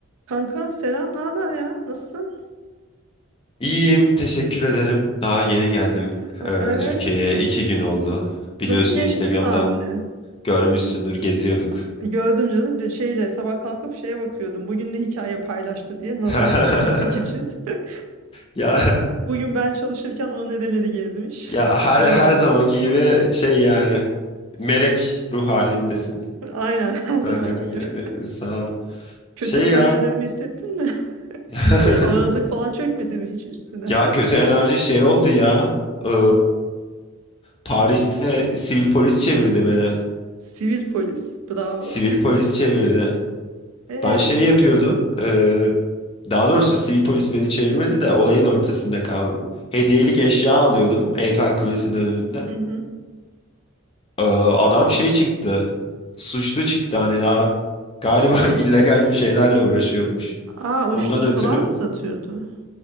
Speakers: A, on the right; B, on the left.
A: Kanka selam, ne haber ya? Nasılsın?
B: İyiyim, teşekkür ederim. Daha yeni geldim
A: Evet.
B: eee, Türkiye'ye. iki gün oldu. Biliyorsun
A: Nasıl geçti
B: Instagram'dan
A: tatil?
B: görmüşsündür, geziyorduk.
A: E, Gördüm canım bir şeyle sabah kalkıp şeye bakıyordum. Bugün ne hikaye paylaştı diye nazar
B: <laughs>
A: değdirmek için. <laughs>
B: Ya
A: Bugün ben çalışırken o nereleri gezmiş.
B: ya her
A: <laughs> Utanmadan.
B: her zamanki gibi şey yani melek ruh halindesin
A: Aynen her
B: kanka.
A: zamanki gibi.
B: De- de- Sağ ol.
A: Kötü
B: Şey
A: enerjilerimi
B: ya
A: hissettin mi? <laughs>
B: <laughs>
A: Bir böyle ağırlık falan çökmedi mi hiç üstüne?
B: ya kötü enerji şey oldu ya.
A: Ne
B: Eee,
A: oldu?
B: Paris'te sivil polis çevirdi beni.
A: Sivil polis. Bravo.
B: Sivil polis çevirdi.
A: Ee,
B: Ben şey yapıyordum. e, Daha doğrusu sivil polis beni çevirmedi de olayın ortasında kaldım. Hediyelik eşya alıyordum Eyfel Kulesi'nin önünde.
A: hı hı.
B: Ee, adam şey çıktı. Suçlu çıktı hani daha galiba <laughs> illegal bir şeylerle uğraşıyormuş.
A: Aa uyuşturucu
B: Ondan ötürü
A: falan mı satıyordu?